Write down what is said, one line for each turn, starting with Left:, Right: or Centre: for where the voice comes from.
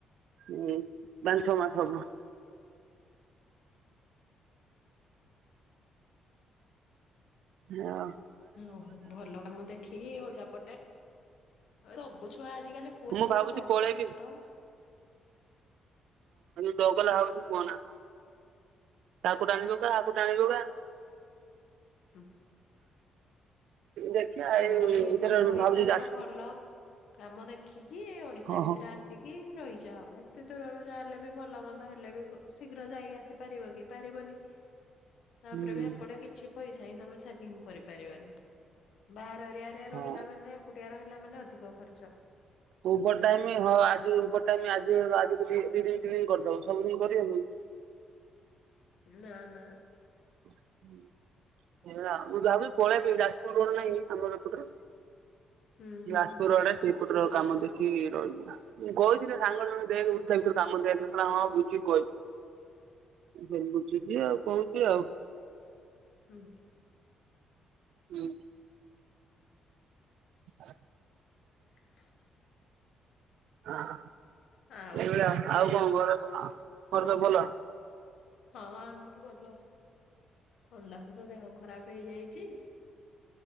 Right: ହୁଁ । ପାଞ୍ଚ ଛଅ ମାସ ହବ। ଝିଅ
Left: ଓହୋ ଭଲ କାମ ଦେଖିକି ଓଡିଆ ପଟେ ସବୁ ଛୁଆ ଆଜିିକାଲି ପୁଅ
Right: ମୁଁ
Left: ଝିଅ
Right: ଭାବୁଛି
Left: ସବୁ
Right: ପଳେଇବି
Left: ଦୁଷ୍ଟ।
Right: ଜଗଲା ହୋଉଛି କୁହନା କାହାକୁ ଟାଣିବ କା କାକୁ ଟାଣିବୁ କା
Left: ହୁଁ।
Right: ଦେଖିବା
Left: ତମ
Right: ଏଇ
Left: ଏ
Right: ଭିତରେ
Left: ତମ ହିସାବ
Right: ଭାବୁଛି ଯାଜପୁର
Left: ର ଭଲ କାମ ଦେଖିକି ଏଇ ଓଡିଶା
Right: ହଁ
Left: ଭିତରେ
Right: ହଁ
Left: ଆସିକି ରହି ଯା ହୋଉ ଏତେ ଦୂରରୁ ଯା ହେଲେ ବି ଭଲ ମନ୍ଦ ହେଲେ ବି ଶୀଘ୍ର ଯାଇକି ଆସିପାରିବ କି ପାରିବନି। ତାପରେ
Right: ହୁଁ
Left: ବି ଏପଟେ କିଛି ପଇସା ହିଁ ତମେ ସେଭିଙ୍ଗ କରିପାରିବାନି ବାହାରରେ ସିଆରେ
Right: ହଁ
Left: ରହିଲା ମାନେ କୁଟିଆ ରହିଲା ମାନେ ଅଧିକ ଖର୍ଚ୍ଚ।
Right: ଓଭର ଟାଇମ୍ ହଁ ଆଜିର ଓଭର ଟାଇମ ସବୁ ଦିନ କରିହବକି।
Left: ନା ନା।
Right: ହେଲୋ ମୁଁ ଭାବିଛି ପଳେଇବି ଯାଜପୁର ନାହିଁ ଆମର ଏପଟର ।
Left: ହୁଁ ହୁଁ
Right: ଯାଜପୁର ରୋଡେ ଶ୍ରୀପୁର ରୋ କାମ ଦେଖିକି ରହିଥିଲା ମୁଁ କହୁଥିଲି ସାଙ୍ଗ ଜଣେ ଦେକ ଓଡିଶା ଭିତରେ କାମ ଦଆଥିଲା ହଁ ବୁଝିକି କହ
Left: <inaudible>
Right: ଯେବି ଯିବି ଆଉ କହୁଚି ଆଉ।
Left: ହୁଁ।
Right: ହୁଁ। <inaudible>
Left: <inaudible>
Right: ଆହାଃ
Left: ଆଉ
Right: ଏ
Left: କଣ
Right: ଭଳିଆ
Left: କୁହ?
Right: ଆଉ କଣ ଘରେ କଣ ଘରେ ସବୁ ଭଲ?
Left: ହଁ ଆମର ଭଲ ଥଣ୍ଡାକୁ ତ ଦେହ ଖରାପ ହେଇଯାଇଛି।